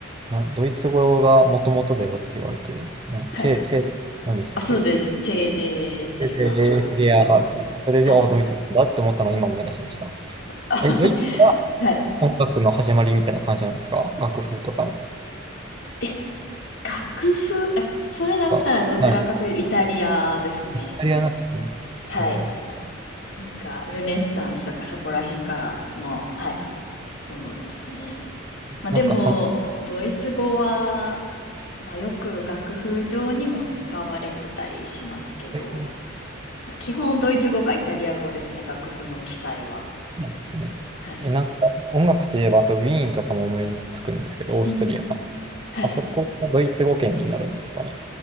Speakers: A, on the right (about 25°); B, on the left (about 65°).
A: な、ドイツ語がもともとだよって言われてる。な、
B: はい。
A: チェ、チェ、なんでしたっけ
B: あ、そうです。チェーデーフゲア。
A: で、でレレアがあるですね。
B: はい。うん。
A: それで、
B: はい。
A: あ、ドイツなんだって思ったのを今思い出しました。
B: あ
A: え、ドイツが
B: <laughs> はい。
A: 音楽の始まりみたいな感じなんですか楽譜とかの。
B: え、楽譜、え、それだったらどちらかというとイタリアですね。
A: がはい。イタリアなんですね。
B: はい。
A: うん。
B: なんか、ルネッサンスとかそこら辺からの、はい、ものですね。まあでも、
A: なんかその、
B: ドイツ語は、まあよく楽譜上にも使われてたりしますけど、
A: はい
B: まあ基本ドイツ語かイタリア語ですね、楽譜の記載は。
A: そうですね。
B: はい。
A: え、なんか音楽といえば、あとウィーンとかも思いつくんですけど、オーストリアか。
B: うん。はい
A: あそこもドイツ語圏になるんですかね。